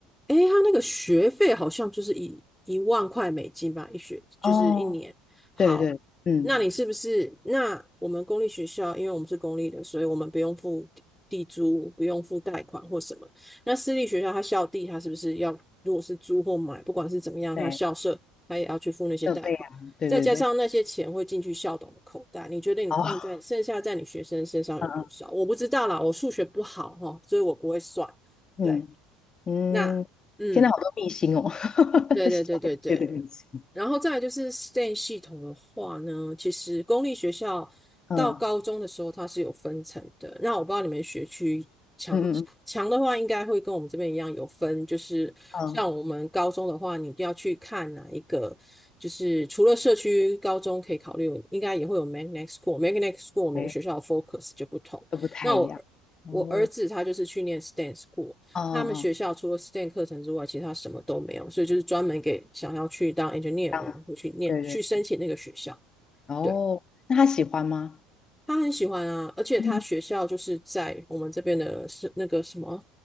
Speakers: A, in the centre; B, on the left.
A: 诶，他那个学费好像就是一一万块美金吧，一学就是一年。
B: 哦，
A: 好，
B: 对对，嗯。
A: 那你是不是？那我们公立学校，因为我们是公立的，所以我们不用付地租，不用付贷款或什么。那私立学校，他校地他是不是要，如果是租或买，不管是怎么样，
B: 对，
A: 他校舍他也要去付那些贷款。
B: 设备啊，对对对，
A: 再加上那些钱会进去校董的口袋，你觉得你放在剩下在你学生身上有多少？
B: 哦，<laughs> 嗯
A: 我不知道啦，我数学不好哈，所以我不会算。
B: 嗯嗯嗯，
A: 对，那嗯，
B: 天呐，好多秘辛哦，<laughs>
A: 对对对对对。
B: 商业界的秘辛
A: 然后再来就是 STEM 系统的话呢，其实公立学校到高中的时候它是有分层的。
B: 嗯
A: 那我不知道你们学区
B: 嗯嗯
A: 强的话应该会跟我们这边一样有分，就是像我们高中的话，
B: 嗯，
A: 你要去看哪一个，就是除了社区高中可以考虑，应该也会有 magnet school。magnet school 每个学校的
B: 哎，
A: focus 就不同。
B: 都不太一样，
A: 那我儿我儿子他就是去念
B: 哦，
A: STEM school，
B: 嗯嗯，
A: 他们学校除了 STEM 课程之外，其他什么都没有，所以就是专门给想要去当 engineer
B: 这样，
A: 的人会去念去申请那个学校。
B: 对对，哦，
A: 对。
B: 那他喜欢吗？
A: 他很喜欢啊，而且他学校就是在我们这边的是那个什么，
B: 嗯，